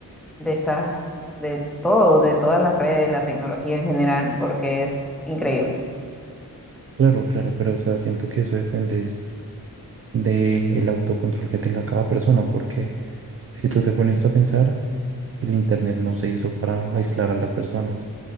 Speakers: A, in the centre; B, on the right (about 40°).
A: de estas, de todo, de todas las redes, la tecnología en general, porque es increíble.
B: Claro, claro, pero o sea, siento que eso depende es de el autocontrol que tenga cada persona, porque si tú te pones a pensar, El Internet no se hizo para aislar a las personas.